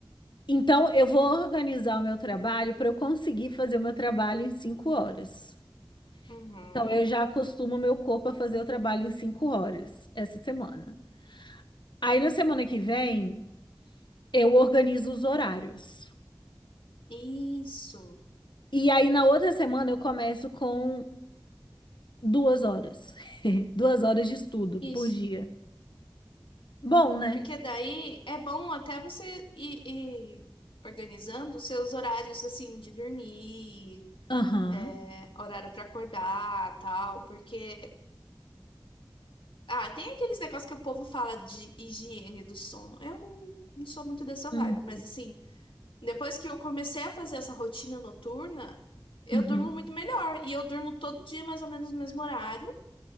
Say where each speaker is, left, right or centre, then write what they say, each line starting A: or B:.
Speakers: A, on the left; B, on the left.
A: Então eu vou organizar o meu trabalho para eu conseguir fazer o meu trabalho em cinco horas.
B: Uhum.
A: Então eu já acostumo o meu corpo a fazer o trabalho em cinco horas essa semana. Aí na semana que vem eu organizo os horários.
B: Isso,
A: E aí, na outra semana, eu começo com Duas horas. <laughs> Duas horas de estudo
B: isso.
A: por dia. Bom, né?
B: Porque daí é bom até você ir, ir organizando os seus horários assim de dormir,
A: Aham.
B: é, horário para acordar, tal, porque ah, tem aqueles negócios que o povo fala de higiene do sono. Eu não, não sou muito dessa
A: Hum.
B: vibe, mas assim, depois que eu comecei a fazer essa rotina noturna, eu
A: Uhum.
B: durmo muito melhor e eu durmo todo dia mais ou menos no mesmo horário.